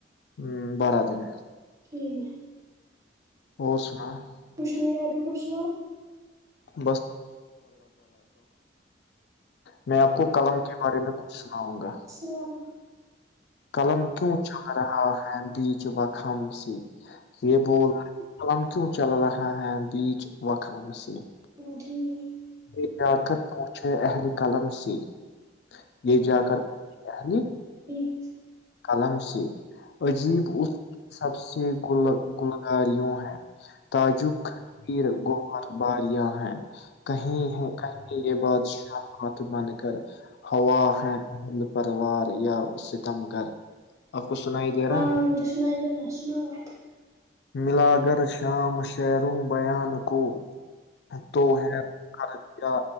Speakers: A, on the left; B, on the right.
A: ہوں بارہ دن
B: ٹھیک ہے
A: اور سنا <unintelligible>
B: کچھ نہیں ہے آپ ہی کچھ سنا <unintelligible>
A: <unintelligible> میں آپ کو قلم کے بارے میں کچھ سناؤں گا <unintelligible>
B: ہ <unintelligible>
A: قلم کیوں چل رہا ہے بیچ بکھم س <unintelligible> یہ بول رہ ہم کیوں چل رہا ہے بیچ و خان سے <unintelligible>
B: ہاں ٹھیک ہے
A: ل جا کر پوچھے اہل قلم سے <unintelligible> یہ جا کر <unintelligible>
B: ٹھیک <unintelligible>
A: قلم سے عجیب اس سب سے گ گلگاری وں ہے <unintelligible> تعجب ویر گوہر باریاں ہیں کہیں کہیں یہ بات شاہات بن کر ہوا ہےند پروار یا ستم گھر آپ کو سنائی دے
B: ہاں
A: رہا ہے
B: وہ تو سنائی دینا سنا ہو <unintelligible>
A: ملا کر شام شروں بیان کو <unintelligible> تو ہےیا